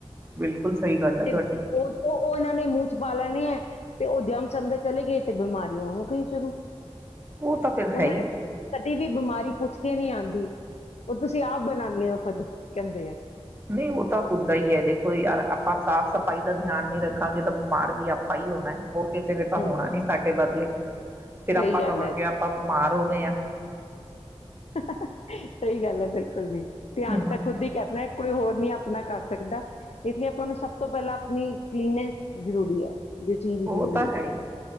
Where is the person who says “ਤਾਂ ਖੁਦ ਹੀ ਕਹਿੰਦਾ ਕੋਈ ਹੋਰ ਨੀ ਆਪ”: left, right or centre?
Left